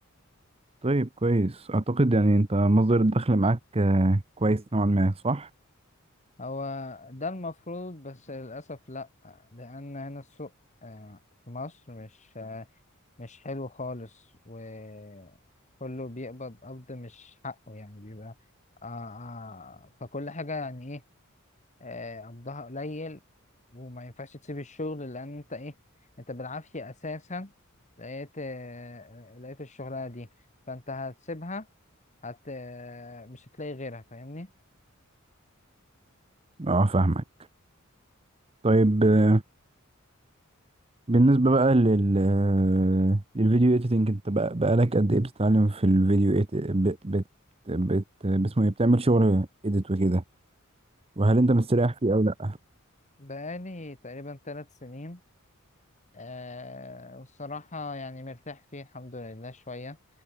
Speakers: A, on the right; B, on the left.
A: طيب كويس أعتقد يعني أنت مصدر الدخل معاك آه، كويس نوعا ما صح؟
B: هو ده المفروض بس للأسف لأ لأن هنا السوق آه، في مصر مش آه، مش حلو خالص وكله بيقبض قبض مش حقه يعني بيبقى آه آه فكل حاجة يعني إيه آه، قبضها قليل وما ينفعش تسيب الشغل لأن أنت إيه أنت بالعافية أساسا لقيت آه، لقيت الشغلانة دي فأنت هتسيبها هت آه، مش هتلاقي غيرها فاهمني؟
A: أه فاهمك طيب آه، بالنسبة بقى لل آه، للفيديو إيديتنج أنت بقى بقالك قد إيه بتتعلم في الفيديو إيت بت بت بت باسمه إيه بتعمل شغل إيديت وكده وهل أنت مستريح فيه أو لأ؟
B: بقالي تقريبا ثلاث سنين آه والصراحة يعني مرتاح فيه الحمد لله شوية